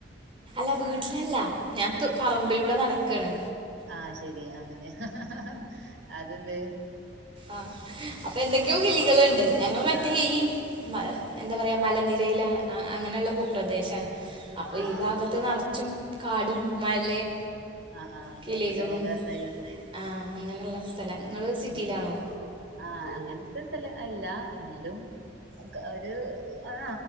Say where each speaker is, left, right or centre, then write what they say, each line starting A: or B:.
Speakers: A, on the right; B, on the right.
A: ല്ല വീട്ടിലല്ല ഞാൻ പറമ്പിലൂടെ നടക്കാണ്
B: ആഹ ശെരി അങ്ങനെ ഹ ഹ ഹ അതെന്ത്?
A: ആഹ അപ്പൊ എന്തൊക്കെയോ കിളി കളുണ്ട് ഞങ്ങൾ മറ്റേ
B: ആഹ്
A: ഈ എന്താ പറയാ മലനിരയിലാണ് അങ്ങനെയുള്ള ഭൂപ്രദേശമാണ്. അപ്പൊ
B: ആഹ്
A: ഈ ഭാഗത്ത് നറച്ചും കാടും മലേം
B: ആഹ് ആഹ്
A: കിളികളും
B: പൊറത്ത്ക്ക് എറങ്ങിയാ നല്ല രസായിരിക്കും
A: ആഹ അങ്ങനെയുള്ള സ്ഥലംങ്ങള് സിറ്റിയിലാണോ?
B: ഉം ആഹ് അങ്ങനത്തെസ്ഥല അല്ല എന്നാലും ഒരു ആാ